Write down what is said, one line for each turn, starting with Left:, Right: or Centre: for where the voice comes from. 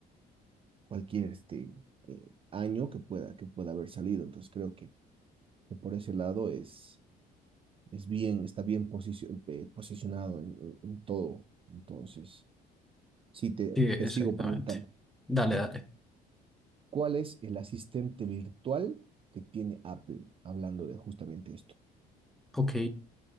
Right: cualquier este, eh, año que pueda, que pueda haber salido. Entonces creo que, que por ese lado es es bien, está bien posicio- eh, posicionado en, en- en todo. Entonces, sí, te,
Centre: Sí, exactamente.
Right: te sigo preguntando,
Centre: Dale, dale.
Right: ¿cuál es el asistente virtual que tiene Apple? Hablando de justamente esto.
Centre: Ok.